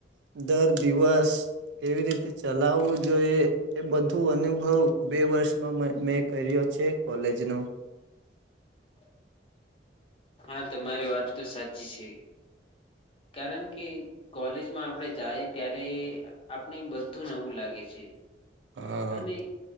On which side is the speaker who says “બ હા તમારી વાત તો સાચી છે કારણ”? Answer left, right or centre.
Left